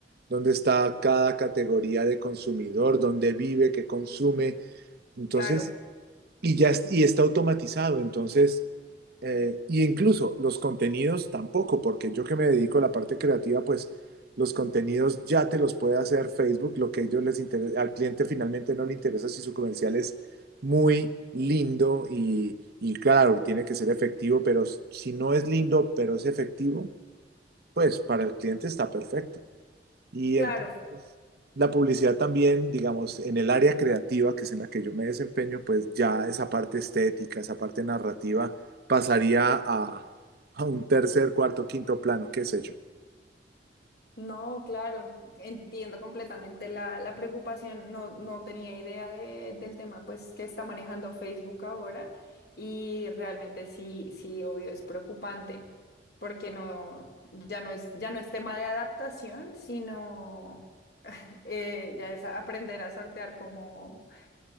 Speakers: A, on the right; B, on the left.
A: dónde está cada categoría de consumidor, dónde vive, qué consume. Entonces,
B: Claro,
A: y ya es- y está automatizado, entonces, eh, y incluso los contenidos tampoco, porque yo que me dedico a la parte creativa, pues los contenidos ya te los puede hacer Facebook, lo que a ellos les interesa, al cliente finalmente no le interesa si su comercial es muy lindo y, y claro, tiene que ser efectivo, pero si no es lindo, pero es efectivo, pues para el cliente está perfecto. Y
B: claro.
A: entonces la publicidad también, digamos, en el área creativa, que es en la que yo me desempeño, pues ya esa parte estética, esa parte narrativa pasaría a, a un tercer, cuarto, quinto plano, qué sé yo.
B: No, claro, entiendo completamente la, la preocupación. No, no tenía idea de- del tema pues que está manejando Facebook ahora y realmente sí, sí, obvio, es preocupante porque no, ya no es, ya no es tema de adaptación, sino eh, ya es aprender a sortear cómo,